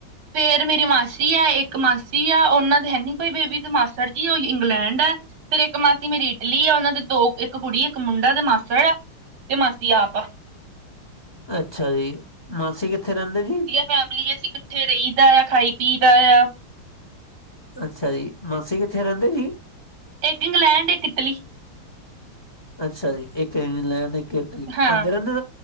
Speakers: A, on the right; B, on the left.
A: ਫੇਰ ਮੇਰੀ ਮਾਸੀ ਹੈ। ਇੱਕ ਮਾਸੀ ਆ ਉਹਨਾਂ ਦੇ ਹੈਨੀ ਕੋਈ ਬੇਬੀ। ਤੇ ਮਾਸੜ ਜੀ, ਉਹ ਇੰਗਲੈਂਡ ਹੈ। ਫੇਰ ਇੱਕ ਮਾਸੀ ਮੇਰੀ ਇਟਲੀ ਆ। ਉਹਨਾਂ ਦੇ ਦੋ, ਇੱਕ ਕੁੜੀ ਇੱਕ ਮੁੰਡਾ ਤੇ ਮਾਸੜ ਏ। ਤੇ ਮਾਸੀ ਆਪ।
B: ਅੱਛਾ ਜੀ, ਮਾਸੀ ਕਿੱਥੇ ਰਹਿੰਦੇ ਜੀ?
A: ਫੈਮਲੀ ਅਸੀਂ ਇਕੱਠੇ ਰਹੀਦਾ ਆ, ਖਾਈ- ਪੀਦਾ ਆ।
B: ਅੱਛਾ ਜੀ, ਮਾਸੀ ਕਿੱਥੇ ਰਹਿੰਦੇ ਜੀ?
A: ਇੱਕ ਇੰਗਲੈਂਡ, ਇੱਕ ਇਟਲੀ ਚ।
B: ਅੱਛਾ ਜੀ, ਇੱਕ ਇੰਗਲੈਂਡ, ਇੱਕ ਇਟਲੀ,
A: ਹਾਂ
B: ਆਂਦੇ ਰਹਿੰਦੇ-